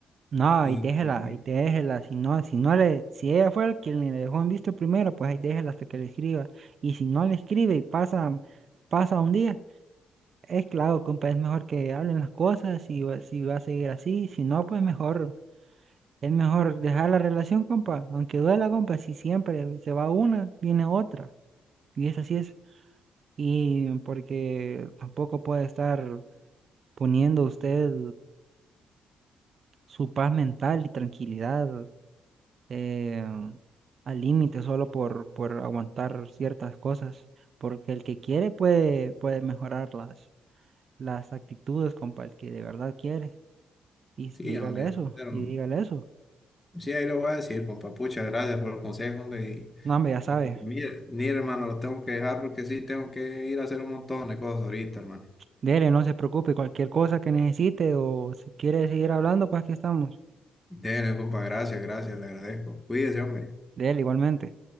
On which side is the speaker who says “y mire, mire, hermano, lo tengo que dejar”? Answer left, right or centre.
Left